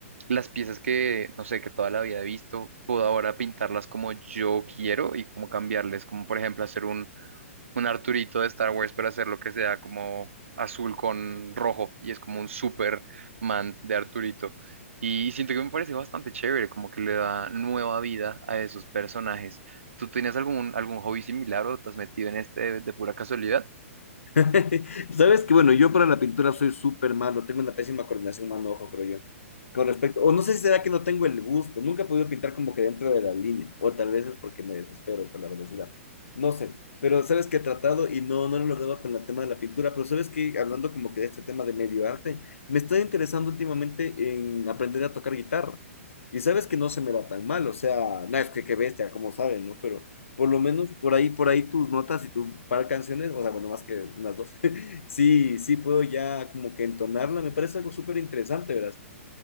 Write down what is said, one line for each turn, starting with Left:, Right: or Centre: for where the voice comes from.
Right: las piezas que, no sé, que toda la vida he visto, puedo ahora pintarlas como yo quiero y como cambiarles, como por ejemplo hacer un un Arturito de Star Wars, pero hacer lo que sea como azul con rojo y es como un Superman de Arturito. Y siento que me parece bastante chévere, como que le da nueva vida a esos personajes. ¿Tú tenías algún, algún hobby similar o te has metido en este de, de pura casualidad?
Left: <laughs> Sabes que, bueno, yo para la pintura soy súper malo, tengo una pésima coordinación mano-ojo, creo yo. Con respecto, o no sé si será que no tengo el gusto, nunca he podido pintar como que dentro de la línea, o tal vez es porque me desespero por la velocidad, no sé, pero sabes que he tratado y no, no lo he logrado con el tema de la pintura, pero sabes que hablando como que de este tema de medio arte, me está interesando últimamente en aprender a tocar guitarra, y sabes que no se me da tan mal, o sea, nada, es que qué bestia, como saben, ¿no? por lo menos por ahí, por ahí tus notas y tu par de canciones, o sea, bueno, más que unas dos, <laughs> sí, sí puedo ya como que entonarla, me parece algo súper interesante, ¿verdad?